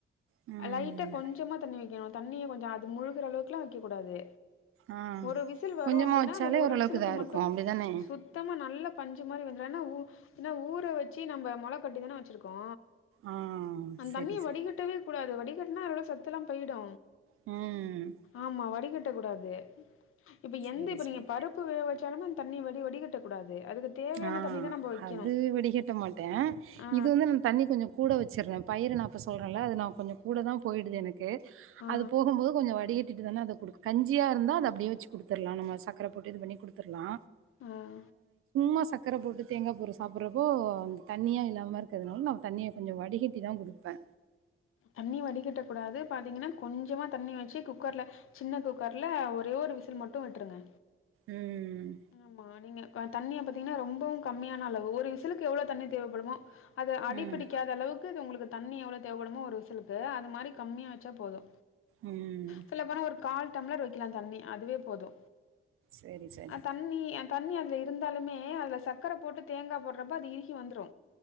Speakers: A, on the right; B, on the left.
A: ம்
B: லைட்டா கொஞ்சமா தண்ணி வைக்கணு தண்ணிய கொஞ்சோ அது முழுகுற அளவுக்குலா வைக்கக் கூடாது
A: ஆ
B: ஒரு விசில் வரு
A: கொஞ்சமா
B: அப்டினா
A: வச்சாலே
B: அந்த ஒரு
A: ஓரளவுக்கு
B: விசிலுக்கு
A: இதா இருக்கு
B: மட்டு
A: அப்டிதானே
B: சுத் தமா நல்லா பஞ்சு மாரி வந்துரு ஏனா ஊ ஏனா ஊற வச்சு நம்ப மொள கட்டி தான வச்சிருக்கோ
A: ஆ
B: அந்தண்ணிய
A: செரி
B: வடிகட்டவே
A: செரி
B: கூடாது வடிகட்டினா உள்ள சத்து எல்லா போய்டு
A: ம்.
B: ஆமா வடிகட்ட கூடாது இப்ப எந்த
A: சரி,
B: இப்ப
A: சரி.
B: நீங்க பருப் பு வேக வச்சாலுமே அந்த தண்ணிய வடி வடிகட்டக்கூடாது அதுக்கு தேவையான
A: ஆ
B: தண்ணி தான் நம்ம வைக்கணும்.
A: அது வடிகட்ட மாட்டே
B: ஆ,
A: இது வந்து நா தண்ணி கொஞ்சோ கூட வச்சிட்றே பயிர நா இப்ப சொல்றேன்ல அது நா கொஞ்சோ கூட தா போயிடுது எனக் கு
B: ஆ,
A: அது போகும்போது கொஞ்சோ வடிகட்டிட்டு தான அத குடுக் கஞ்சியாருந்தா அது அப்டியே வச்சு குடுத்துலா நம்ம சக் கர போட்டு இது பண்ணி குடுத்துடலா
B: ஆ.
A: சமா சக்கர போட்டு தேங்காய் பொறி சாப்ட்டுறப்போ தண்ணியா இல்லாம இருக்கிறதுனால நம்ம தண்ணிய கொஞ்சோ வடிகட்டி தா குடுப்பே
B: தண்ணி வடிகட்டக் கூடாது பாத்தீங்கன்னா கொஞ்சமா தண்ணி வச்சு குக்கர்ல சின்ன குக் கர்ல ஒரே ஒரு விசில் மட்டு விட்ருங்க
A: ம்
B: ஆமா நீங்க தண்ணிய பாத்தீங்கன்னா ரொம்பவு கம்மியான அளவு ஒரு விசிலுக்கு எவ்ளோ தண்ணி தேவப்படுமோ அது அடிபிடிக்காத
A: ம்.
B: அளவுக்கு இது உங்களுக்கு தண்ணி எவ்ளோ தேவைப்படுமோ ஒரு விசிலுக்கு அது மாரி கம்மியா வச்சா போது
A: ம்.
B: சொல்ல போனா ஒரு கால் டம்ளர் வைக்கலா தண்ணி அதுவே போது
A: சரி, சரி.
B: அ தண்ணி தண்ணி அதுல இருந்தாலுமே அதுல சக்கர போட்டு தேங்காய் போடுறப்ப அது இறுகி வந்துரு